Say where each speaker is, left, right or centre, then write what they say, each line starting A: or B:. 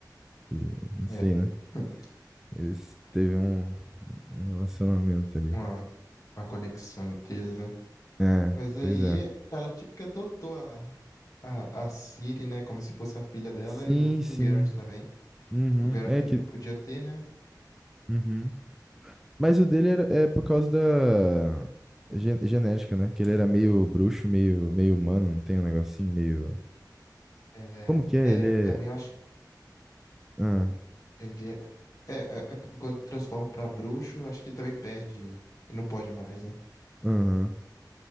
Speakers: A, in the centre; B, on the left (about 50°).
A: Que, não sei,
B: é.
A: né?
B: <laughs>
A: Eles teve um, um relacionamento ali.
B: Uma, uma conexão entre eles, né?
A: É,
B: Mas aí
A: pois é.
B: ela, tipo, que adotou a, a, a Ciri, né? Como se fosse a filha dela
A: Sim,
B: e o,
A: sim.
B: e o Garrett também.
A: Uhum,
B: E o Garrett
A: é
B: também
A: que.
B: não podia ter, né?
A: Uhum. Mas o dele era, é por causa da gen- genética, né? Que ele era meio bruxo, meio, meio humano, não tem um negocinho meio.
B: É,
A: Como que é?
B: é
A: Ele
B: também
A: é.
B: eu acho que
A: Ah,
B: ele é. É, é é porque quando transforma pra bruxo, eu acho que também perde. E não pode mais, né?
A: aham.